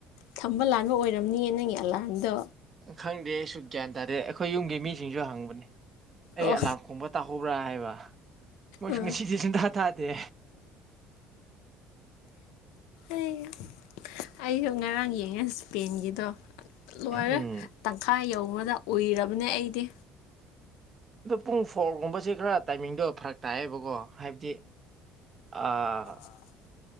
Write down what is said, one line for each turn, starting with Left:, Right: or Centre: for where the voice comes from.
Left: ꯊꯝꯕ ꯂꯥꯟꯕ ꯑꯣꯏꯔꯝꯅꯤꯌꯦ ꯅꯪꯒꯤ ꯑꯂꯥꯝꯗꯣ
Right: ꯈꯪꯗꯦ ꯑꯩꯁꯨ ꯒ꯭ꯌꯥꯟ ꯇꯥꯗꯦ ꯑꯩꯈꯣꯏ ꯌꯨꯝꯒꯤ ꯃꯤꯁꯤꯡꯁꯨ ꯍꯪꯕꯅꯦ ꯑꯩ
Left: ꯑꯣ
Right: ꯑꯦꯂꯥꯝ ꯈꯣꯡꯕ ꯇꯥꯍꯧꯕ꯭ꯔꯥ ꯍꯥꯏꯕ ꯃꯣꯏꯁꯨ
Left: ꯎꯝ
Right: ꯉꯁꯤꯗꯤ ꯁꯨꯡꯊꯥ ꯊꯥꯗꯦ
Left: ꯑꯩ ꯑꯩꯁꯨ ꯉꯔꯥꯡ ꯌꯦꯡꯉꯦ ꯁ꯭ꯄꯦꯟꯒꯤꯗꯣ ꯂꯣꯏꯔꯦ
Right: ꯎꯝ
Left: ꯇꯪꯈꯥꯏ ꯌꯧꯕꯗ ꯎꯏꯔꯕꯅꯦ ꯑꯩꯗꯤ
Right: ꯑꯗꯨ ꯄꯨꯡ ꯐꯣꯔꯒꯨꯝꯕꯁꯦ ꯈꯔ ꯇꯥꯏꯃꯤꯡꯗꯣ ꯐꯔꯛ ꯇꯥꯏꯌꯦꯕꯀꯣ ꯍꯥꯏꯕꯗꯤ ꯑꯥ
Left: ꯑ